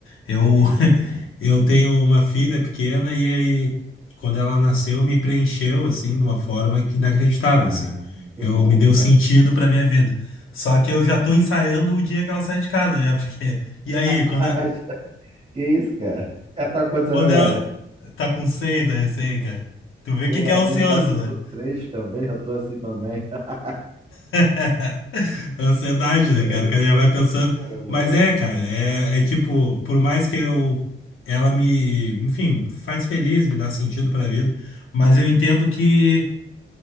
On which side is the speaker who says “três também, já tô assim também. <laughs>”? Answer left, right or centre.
Right